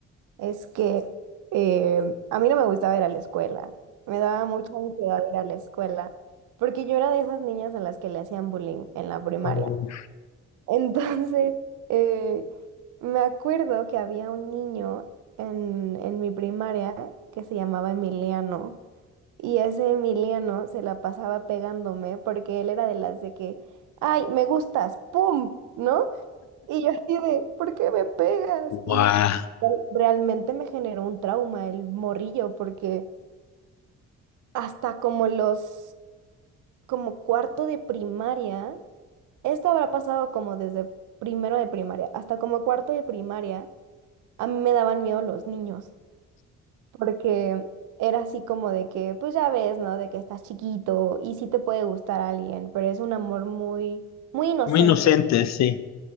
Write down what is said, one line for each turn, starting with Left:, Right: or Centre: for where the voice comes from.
Right: es que eh, a mí no me gustaba ir a la escuela. Me daba mucha ansiedad ir a la escuela porque yo era de esas niñas a las que le hacían bullying en la primaria.
Left: Oh,
Right: Entonces, <laughs> eh, me acuerdo que había un niño en, en mi primaria que se llamaba Emiliano. Y ese Emiliano se la pasaba pegándome porque él era de las de que, ay, me gustas, ¡pum! ¿No? Y yo así de, ¿por qué me pegas?
Left: wow.
Right: Y realmente me generó un trauma el morrillo porque hasta como los como cuarto de primaria. Esto habrá pasado como desde primero de primaria hasta como cuarto de primaria. A mí me daban miedo los niños, porque era así como de que, pues ya ves, ¿no? De que estás chiquito y sí te puede gustar a alguien, pero es un amor muy, muy inocente.
Left: Muy inocente, sí.